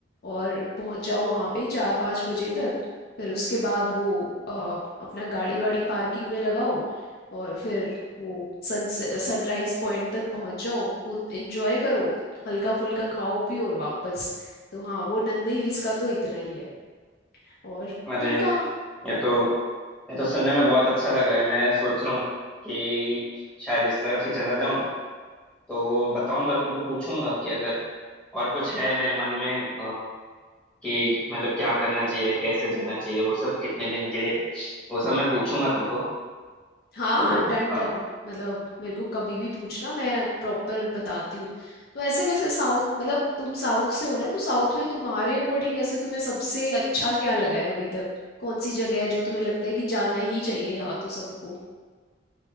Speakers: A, on the left; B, in the centre.
A: और पहुंच जाओ वहां पे चार पाँच बजे तक फिर उसके बाद वो अ, अपना गाड़ी वाड़ी पार्किंग में लगाओ और फिर वो सन सनराइज पॉइंट तक पहुंच जाओ वो एंजॉय करो हल्का फुल्का खाओ पियो और वापस तो हाँ वो नंदे हिल्स का तो इतना ही है और
B: अरे
A: तुम कहाँ
B: ये तो ये तो सुनने में बहुत अच्छा लग रहा है मैं सोच रहा हूँ कि शायद इस तरफ ही चला जाऊं तो बताऊंगा तुमको पूछूंगा कि अगर और कुछ है मेरे मन में अ, कि मतलब क्या करना चाहिए कैसे जाना चाहिए वो सब कितने दिन के लिए वो सब मैं पूछूंगा तुमको
A: हाँ
B: तो
A: हाँ डन
B: हाँ।
A: डन मतलब मेरे को कभी भी पूछना मैं प्रॉपर बताती हूँ तो ऐसे वैसे साउथ मतलब तुम साउथ से हो ना तो साउथ में तुम्हारे अकॉर्डिंग ऐसे तुम्हें सबसे अच्छा क्या लगा है अभी तक कौन सी जगह है जो तुम्हें लगता है कि जाना ही चाहिए यहाँ तो सबको